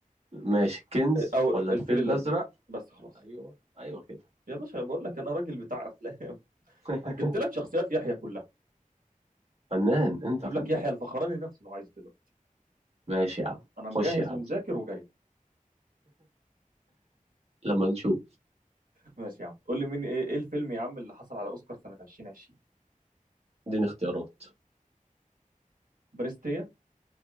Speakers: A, on the right; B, on the right.
A: ماشي كنز
B: او
A: ولا
B: الفيل
A: الفيل
B: الازرق
A: الأزرق
B: بس خلاص
A: ايوه ايوه كده
B: يا باشا بقول لك انا راجل بتاع افلام <laughs>
A: <laughs>
B: جبت لك شخصيات يحيى كلها
A: فنان انت
B: جيب
A: فنان
B: لك يحيى الفخراني نفسه لو عايز دلوقتي
A: ماشي يا عم
B: انا مجهز
A: خش يا عم
B: ومذاكر وجاي
A: لما نشوف
B: ماشي يا عم قول لي مين ايه, إيه الفيلم يا عم اللي حصل على اوسكار سنه 2020
A: اديني اختيارات
B: بريستيا